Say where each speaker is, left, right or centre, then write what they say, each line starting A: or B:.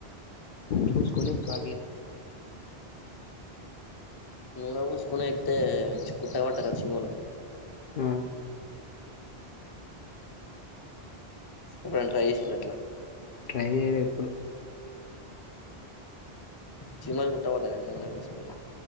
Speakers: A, on the left; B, on the left.
A: చూస్కొని ఎక్కాలిగ
B: నూన పూస్కొని ఎక్కితే కుట్టవట కదా చీమలు
A: ఆ
B: ఇప్పుడు ట్రై జేశిల్ల అట్లా
A: ట్రై చేయలే ఎప్పుడు
B: చీమల్ గుట్ట వట గ నూనె బూస్కున్